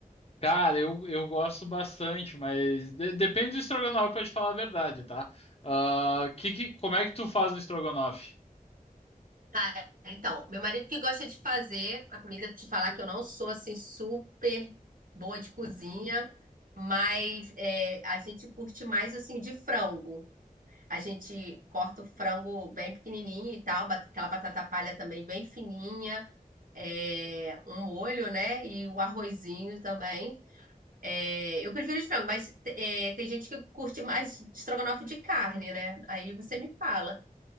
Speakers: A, on the left; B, on the right.
A: Cara, eu, eu gosto bastante, mas de- depende do estrogonofe pra te falar a verdade, tá? Ah, que, que- como é que tu faz o estrogonofe?
B: Tá, então, meu marido que gosta de fazer a comida, te falar que eu não sou assim super boa de cozinha, mas é, a gente curte mais assim de frango. A gente corta o frango bem pequenininho e tal, bat- aquela batata palha também bem fininha, é, um molho, né? E o arrozinho também. É, eu prefiro de frango, mas é, tem gente que curte mais estrogonofe de carne, né? Aí você me fala.